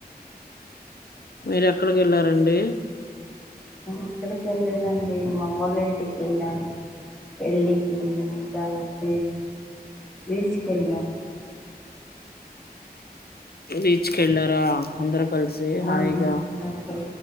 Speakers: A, on the left; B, in the centre.
A: మీరెక్కడికి వెళ్ళారండి
B: ఎక్కడికి వెళ్ళలేదండి మా అమ్మోలింటికి వెళ్ళాము పెళ్లికి ఎల్లిన తరవాత బీచ్కెళ్లాం
A: బీచ్ కెళ్లార అందరు కల్సి
B: ఆ
A: హాయ్
B: అవునండి
A: గా